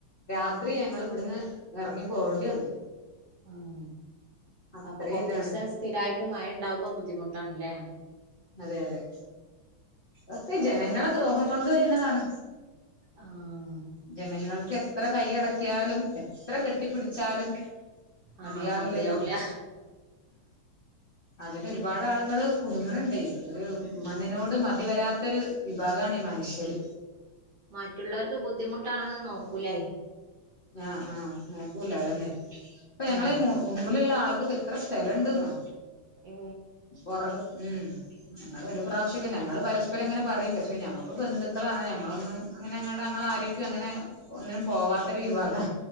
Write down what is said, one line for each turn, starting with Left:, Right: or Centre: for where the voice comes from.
Left: രാത്രി ഞങ്ങളിവിടുന്ന് ഇറങ്ങി പോകേണ്ടി വന്നു
Right: ഉ
Left: അത്രയും
Right: അപ്പൊ കൊറച്ച്സ
Left: ഇതാണ്
Right: സ്ഥിരമായിട്ട് മഴ ഉണ്ടാവുമ്പോ ബുദ്ധിമുട്ടാണല്ലേ
Left: അതെ അതെ ഒക്കെ ജനങ്ങളെ ദ്രോഹം കൊണ്ട് വരുന്നതാണ്
Right: ആഹ്
Left: ജനങ്ങൾക്ക് എത്ര കൈ അടക്കിയാലും എത്ര കെട്ടിപ്പിടിച്ചാലും മതിയാവില്ലല്ലോ
Right: ആഹ് മതിയാവൂല
Left: അതില് ഒരുപാട് ആളുകൾ കുടുങ്ങണുണ്ട ഒരു
Right: ഉം
Left: മണ്ണിനോട് മതിവരാത്തരു വിഭാഗമാണ് ഈ മനുഷ്യര്
Right: മറ്റുള്ളവർക്ക് ബുദ്ധിമുട്ടാണെന്ന് നോക്കൂലായി
Left: ആ ആ് നോക്കൂല അതന്നെ അപ്പൊ ഞങ്ങള
Right: ഉം
Left: മുമ്പിലുള്ള ആൾക്കൊക്കെ എത്ര സ്ഥലംഉണ്ടുന്നോ
Right: ഏ
Left: പുറക ഉം ഞങ്ങള് ഒരു പ്രാവശ്യൊക്കെ ഞങ്ങൾ പരസ്പരം ഇങ്ങനെ പറയും പക്ഷെ ഞമ്മക്ക് ബന്ധുക്കളാണ് ഞമ്മളൊന്നും അങ്ങനെ ഞങ്ങട്ട ഞങ്ങൾ ആരക്കും അങ്ങനെ ഒന്നിനും പോവാത്തരു വിഭാഗാ